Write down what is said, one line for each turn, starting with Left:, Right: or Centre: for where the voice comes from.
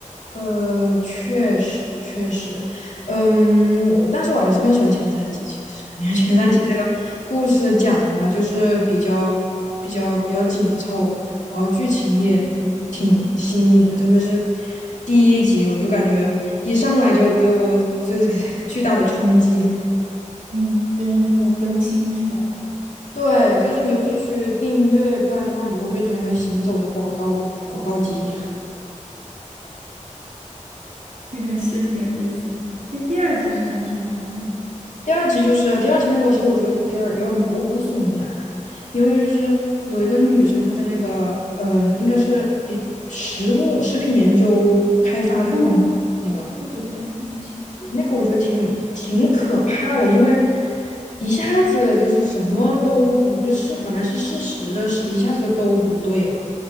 Left: 呃，确实确实，嗯，但是我还是更喜欢前三集，其实因为前三集这个故事讲的就是比较比较比较紧凑，
Right: 嗯，
Left: 然后剧情也嗯挺新颖的，特别是第一集，我就感觉一上来就给我就是 <laughs> 巨大的冲击。
Right: 嗯，就是那个更新是吧？
Left: 对，就是你就必须订阅，不然的话你就会变成一个行走的广告广告机。
Right: 那个是挺有意思。那第二集是讲什么来着？
Left: 第二集就是第二集那个，其实我觉得有点有点毛骨悚然，因为就是有一个女生，她在那个嗯，应该是一食物食品研究开发的公司，
Right: 哦，
Left: 那个
Right: 对对对，那一集。
Left: 那个我觉得挺挺可怕的，因为一下子就是什么都不就是本来是事实的事，一下子就都不对了。